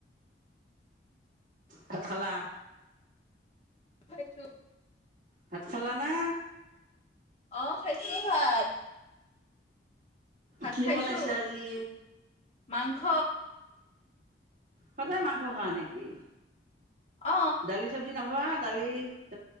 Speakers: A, on the right; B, on the left.
A: ভাত খালা।
B: <unintelligible>
A: ভাত খালা না?
B: অঁ, খাইছো ভাত। ভাত
A: কি
B: খাইছো,
A: বনাইছা আজি?
B: মাংস।
A: সদায় মাংস খা নেকি?
B: অ
A: দালি চব্জি নাখোৱা। <inaudible>